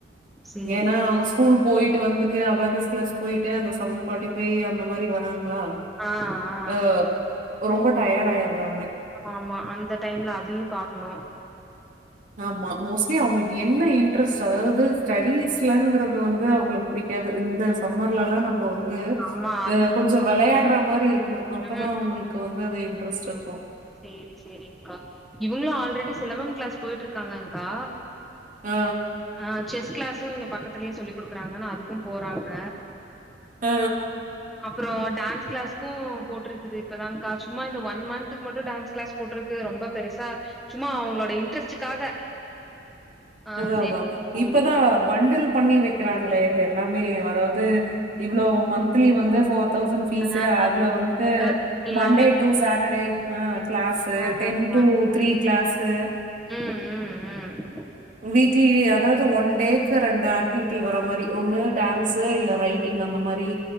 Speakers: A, in the centre; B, on the right.
A: சேரி
B: ஏன்னா அவு ஸ்கூல் போயிட்டு வந்துட்டு அபாக்கஸ் கிலாஸ் போயிட்டு அந்த செவன்ஃபார்ட்டி ஃபைவ் அந்த மாரி வராங்ளா
A: ஆ ஆ
B: அ ரொம்ப டயர்ட் ஆயிற்றாங்க
A: ஆம்மா அந்த டைம்ல அதுயு பாக்குணு
B: ஆமா மோஸ்ட்லி அவங்களுக்கு என்ன இன்ட்ரெஸ்ட் அதாவது ஸ்டடிஸ்லங்கறது வந்து அவங்களுக் புடிக்காது இந்த சம்மர்லல்லா நம்போ இந்த
A: ஆமா அந்த
B: ஆ கொஞ்சோ விளையாட்ற்ற மாரி இருக்கணு அப்பதா
A: ம்
B: அவங்களுக்கு வந்து அது இன்ட்ரெஸ்ட் இருக்கு
A: சேரி செரிங்கா இவங்களு ஆல்ரெடி சிலம்பம் கிளாஸ் போயிட்டு இருக்காங்கங்கா
B: ஆ
A: ஆ செஸ் கிளாஸ்சு இங்க பக்கத்துலயே சொல்லி கொடுக்குறாங்கன்னா அதுக்கு போறாங்க
B: ஆ
A: அப்பறோ டான்ஸ் கிளாஸ்கு போட்ருக்குது இப்பதாங்கா சும்மா இந்த ஒன் மந்த்துக்கு மட்டு டான்ஸ் கிளாஸ் கூட்டுருக்கு ரொம்ப பெருசா சும்மா அவங்களோட இன்ட்ரெஸ்ட்டுக்காக ஆ
B: அதா
A: சேரி
B: அதா
A: போட்டு
B: இப்பதா பண்டல் பண்ணி வெக்கிறாங்களே எல்லாமே அதாவது இவ்ளோ மந்த்லி வந்து ஃபோர் தௌசண்ட் ஃபீஸ்சு
A: ஆ
B: அதுல வந்துட்டு
A: இதுல வந்து எல்லாமே
B: மண்டே டூ சாட்டர்டே அ கிளாஸ்சு
A: ஆ
B: டென் டூ
A: ஆ
B: த்ரீ கிளாஸ்சு
A: ம் ம் ம்
B: வீக்லி அதாவ்து ஒன் டேக்கு ரெண்டு ஆக்டிவிட்டி வர மாரி ஒன்னு டான்ஸ் இல்ல ரைட் டிங் அந்த மாரி